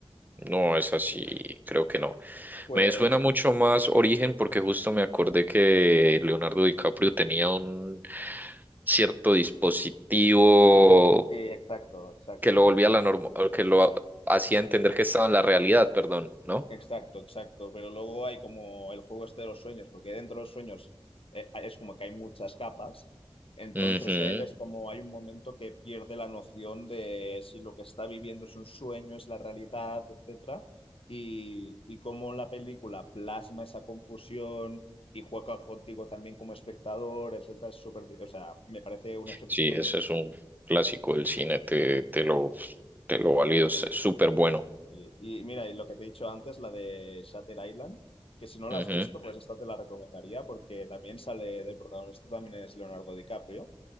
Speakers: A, on the right; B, on the left.
A: No, es así, creo que no.
B: Pues
A: Me suena mucho más Origen porque justo me acordé que Leonardo DiCaprio tenía un cierto dispositivo
B: sí, exacto, exacto,
A: que lo
B: correcto.
A: volvía a la norma, que lo hacía entender que estaba en la realidad, perdón, ¿no?
B: Exacto, exacto. Pero luego hay como el juego este de los sueños, porque dentro de los sueños eh, es como que hay muchas capas. Entonces
A: Ujú.
B: él es como hay un momento que pierde la noción de si lo que está viviendo es un sueño, es la realidad, etcétera. Y, y cómo la película plasma esa confusión y juega contigo también como espectador, etcétera, es súper, o sea, me parece un ejercicio
A: Sí, ese
B: muy,
A: es
B: muy
A: un
B: curioso.
A: clásico del cine, te, te lo, te lo valido, es súper bueno.
B: Y, y mira, y lo que te he dicho antes, la de Shutter Island, que si no la
A: Ujú,
B: has visto, pues esta te la recomendaría porque también sale del protagonista, también es Leonardo DiCaprio,